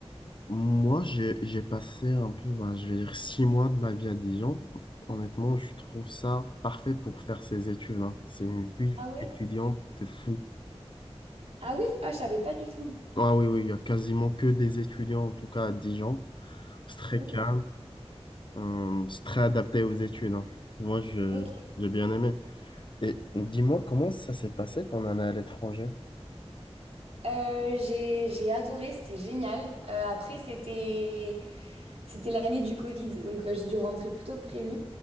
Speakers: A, on the left; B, on the right.
A: Moi, j'ai, j'ai passé un peu, ben, je vais dire, six mois de ma vie à Dijon. Honnêtement, je trouve ça parfait pour faire ces études, hein. C'est une ville
B: Ah ouais?
A: étudiante de fou.
B: Ah oui? Ah, je savais pas du tout.
A: Ah oui, oui, il y a quasiment que des étudiants, en tout cas à Dijon. C'est très
B: Ok,
A: calme, euh, c'est très adapté aux études, hein. Moi, je,
B: ok.
A: j'ai bien aimé. Et dis-moi, comment ça s'est passé ton année à l'étranger?
B: Euh, j'ai, j'ai adoré, c'était génial. Euh, après, c'était, c'était l'année du Covid, donc euh, j'ai dû rentrer plus tôt que prévu.